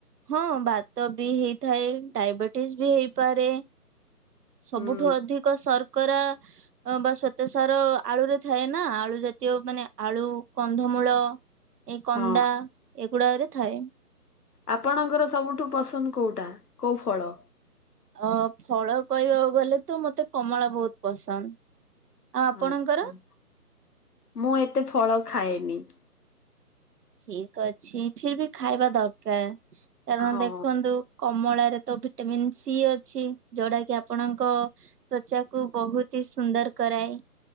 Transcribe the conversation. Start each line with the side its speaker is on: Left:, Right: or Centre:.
Right: ହଁ ବାତ ବି ହେଇଥାଏ, ଡାଇବେଟିସ୍ ବି ହେଇପାରେ। ସବୁଠୁ
Left: ହୁଁ
Right: ଅଧିକ ସରଫ୍ ଙ୍କର ବା ଶ୍ୱେତସାର ଆଳୁ ରେ ଥାଏ ନା। ଆଳୁ ଜାତିୟ ମାନେ ଆୁଳୁ, କନ୍ଧମୂ ମୂଳ, ଏ କନ୍ଦା
Left: ହଁ
Right: ଏଗୁଡାକରେ ଥାଏ।
Left: ଆପଣଙ୍କର ସବୁଠୁ ପସନ୍ଦ କୋଉଟା! କଉ ଫଳ?
Right: ଅ ଫଳ କହିବାକୁ ଗଲେ ତ ମତେ କମଳା ବହୁତ ପସନ୍ଦ। ଆଉ ଆପଣଙ୍କର?
Left: ଆଛା ମୁଁ ଏତେ ଫଳ ଖାଏନି।
Right: ଠିକ ଅଛି ଫିର୍ ବି ଖାଇବା ଦରକାର। କାରଣ
Left: ହଁ
Right: ଦେଖନ୍ତୁ କମଳାରେ ତ ଭିଟାମିନ୍ ସି ଅଛି ଯୋଉଟା କି ଆପଣଙ୍କ ତ୍ବଚା କୁ ବହୁତି ସୁନ୍ଦର କରାଏ।